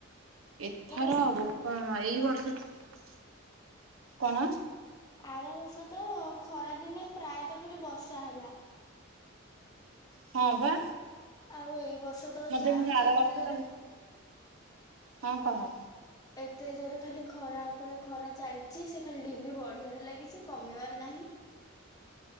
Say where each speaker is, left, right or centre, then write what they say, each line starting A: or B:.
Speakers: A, on the right; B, on the left.
A: ଏଥର
B: ଆର ବର୍ଷ
A: ବୋପା ମା ଏଇ ବର୍ଷ ତ କଣ?
B: ଆର ବର୍ଷ ତ ଖରାଦିନେ ପ୍ରାୟତଃ ଖାଲି ବର୍ଷା ହେଲା।
A: ହଁ ବା।
B: ଆଉ ଏଇ ବର୍ ଔଷଧ
A: ମତେ
B: ଯାଉଛି
A: କିନ୍ତୁ ଆର
B: ଏତେ
A: ବର୍ଷ
B: ଜୋରେ
A: ଟା ହଁ କହ।
B: ଏତେ ଜୋରେ ଖାଲି ଖରା ଉପରେ ଖରା ଚାଲିଛି ସେ ଖାଲି ଡିଗ୍ରୀ ବଢିବାରେ ଲାଗିଛି କମିବାର ନାହିଁ।